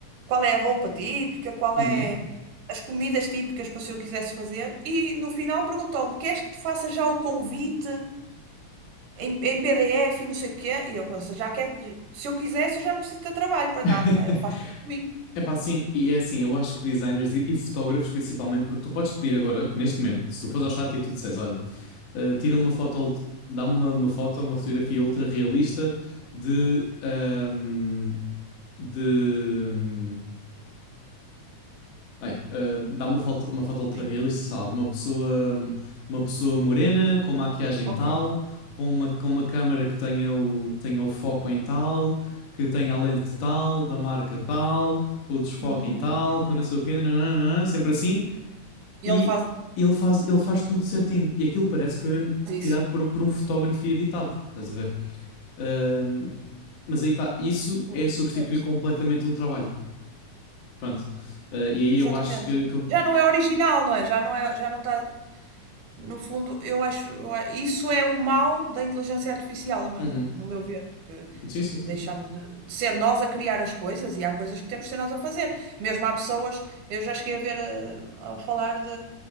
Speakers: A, on the right (about 80°); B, on the left (about 75°).
A: qual é a roupa típica, qual
B: Uhum.
A: é as comidas típicas para se eu quisesse fazer, e no final perguntou-me: queres que te faça já o convite em, em PDF e não sei o quê? E eu pensei, já quer, se eu quisesse, eu já não preciso de trabalho para
B: <laughs>
A: nada, não é? Ele faz tudo por mim.
B: É pá, sim, e é assim, eu acho que designers e, e fotógrafos principalmente, porque tu podes pedir agora, neste momento, se tu fores ao chat e tu disseres, olha, eh, tira-me uma foto, ult- dá-me uma, uma foto, uma fotografia ultra realista de, ahm, de, hum, Bem, ah, dá uma foto, uma foto ultra
A: Sim,
B: realista, sei lá, de uma pessoa, uma pessoa morena, com maquiagem
A: ok.
B: tal, com uma, com uma câmera que tenha o, tenha o foco em tal, que tenha a lente tal, da marca tal, com o desfoque
A: Uhum.
B: em tal, com não sei o quê, nananana, sempre assim.
A: E
B: E
A: ele faz
B: ele faz, ele faz tudo certinho. E aquilo parece que foi mesmo
A: isso.
B: tirado por, um- por um fotógrafo e editado, estás a ver? Ah, mas aí está, isso
A: Pô,
B: é substituir
A: já viste?
B: completamente um trabalho. Pronto. Eh, e aí
A: Exatamente.
B: eu acho que, que,
A: Já não é original, não é? Já não é, já não está. No fundo, eu acho, eu a- isso é o mal da inteligência artificial, no meu,
B: Uhum.
A: no meu ver, porque
B: Sim, sim, sim,
A: deixamos
B: sim.
A: de, de ser nós a criar as coisas e há coisas que temos de ser nós a fazer. Mesmo há pessoas, eu já cheguei a ver a, a falar de